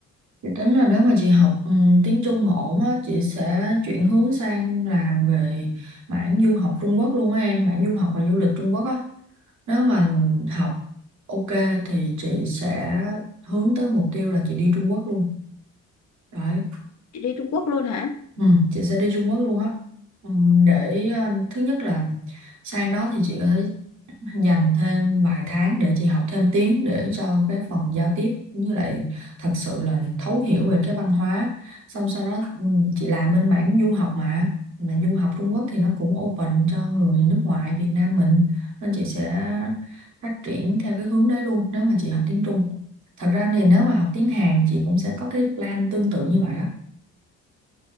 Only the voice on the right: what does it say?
Chị tính là nếu mà chị học ừ, tiếng Trung mà ổn á, chị sẽ chuyển hướng sang làm về mảng du học Trung Quốc luôn á em, mảng du học và du lịch Trung Quốc á. Nếu mà học ok thì chị sẽ hướng tới mục tiêu là chị đi Trung Quốc luôn. Đấy,
ừ, chị sẽ đi Trung Quốc luôn á. Ừ, để ờ, thứ nhất là sang đó thì chị có thể dành thêm vài tháng để chị học thêm tiếng để cho cái phần giao tiếp cũng như lại thật sự là thấu hiểu về cái văn hóa xong sau đó ừ, chị làm bên mảng du học mà mà du học Trung Quốc thì nó cũng open cho người nước ngoài Việt Nam mình nên chị sẽ phát triển theo cái hướng đấy luôn nếu mà chị học tiếng Trung thật ra thì nếu mà học tiếng Hàn chị cũng sẽ có cái plan tương tự như vậy á